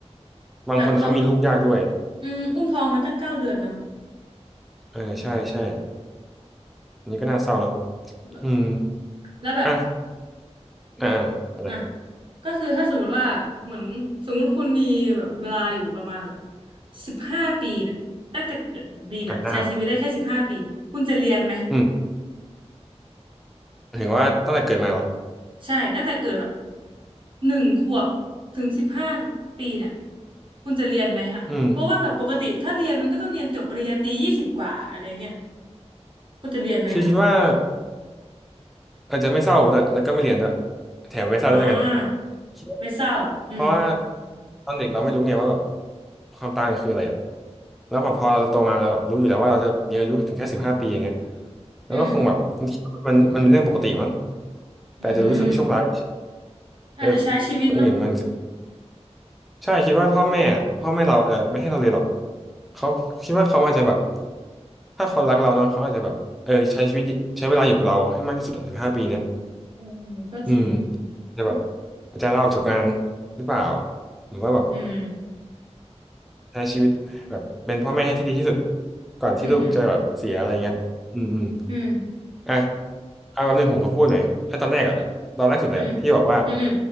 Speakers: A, in the centre; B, on the right (about 50°).
A: บางคนเขามีลูกยากด้วย
B: แบบเราอืมอุ้มท้องมาตั้งเก้าเดือนเนาะ
A: เออใช่ใช่อันนี้ก็น่าเศร้าเนาะ
B: แล้ว
A: อืม
B: แล้วแบบ
A: อ่ะอ่าอะอะไร
B: อ่ะก็คือถ้าสมมุติว่าเหมือนสมมุติคุณมีแบบเวลาอยู่ประมาณแบบสิบห้าปีเนี่ยตั้งแต่เกิดบีแบบใช้ชีวิตได้แค่สิบห้าปีคุณจะเรียนไหม
A: อ่าอืมหมายถึงว่าตั้งแต่เกิดมาเหรอ
B: ใช่ตั้งแต่เกิดแบบหนึ่งขวบถึงสิบห้าปีเนี่ยคุณจะเรียนไหมอ่ะเพราะว่าแบบปกติถ้าเรียนมันก็ต้องเรียนจบปริญญาตรียี่สิบกว่าอะไรเงี้ย
A: อืม
B: คุณจะเรียนไหมอ่ะ
A: คิดคิดว่าอาจจะไม่เศร้าด้วยแล้วก็ไม่เรียนด้วยแถมไม่เศร้าด้วยแล้วกัน
B: อ่า
A: คิดว่า
B: ไม่เศร้าอืม
A: เพราะว่าตอนเด็กเราไม่รู้ไงว่าแบบความตายมันคืออะไรอ่ะแล้วพอพอเราโตมาเราแบบรู้อยู่แล้วว่าเราจะมีอายุถึงแค่สิบห้าปีอย่างเงี้ยแล้วก็คงแบบคิดว่ามันมันเป็นเรื่องปกติมั้ง
B: อืม
A: แต่อาจจะรู้สึกโชคร้าย
B: อืมอาจจะใช้ชีวิตเนาะ
A: เออคนอื่นมัน ใช่คิดว่าพ่อแม่พ่อแม่เราอาจจะไม่ให้เราเรียนหรอกเขาคิดว่าเขาอาจจะแบบถ้าเขารักเราเนาะเขาอาจจะแบบเออใช้ชีวิตใช้เวลาอยู่กับเราให้มากที่สุดอะสิบห้าปีเนี้ย
B: อืมก็จริง
A: อืมจะแบบอาจจะลาออกจากงานหรือเปล่าหรือว่าแบบ
B: อืม
A: ใช้ชีวิตแบบเป็นพ่อแม่ให้ที่ดีที่สุดก่อนที่ลูกจะแบบเสียอะไรเงี้ยอืมอืม
B: อืมอืม อืม
A: อ่ะเอาแบบหนึ่งผมขอพูดหน่อยอ่ะตอนแรกอะตอนแรกสุดเลยอะที่บอกว่า
B: อ่ะอืมอืมอ